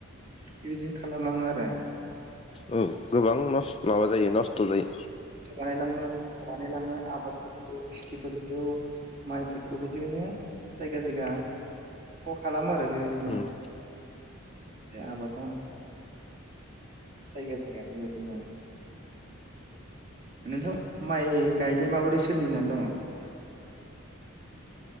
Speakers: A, on the right; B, on the left.
A: बेबायदि खालामलाङो आरो
B: औ गोबां लस माबा जायो नस्थ' जायो
A: बानायलाङो बानायलाङो आबादफोरखौ खिथिफोरखौ माइफोरखौ बिदिनो जायगा जायगा खहाखालामो आरो बेबायदिनो
B: उम
A: आ आबाथ थैग थैगबायदि नोंथां माइ गायनाया माबोरै सोलिनानै दङ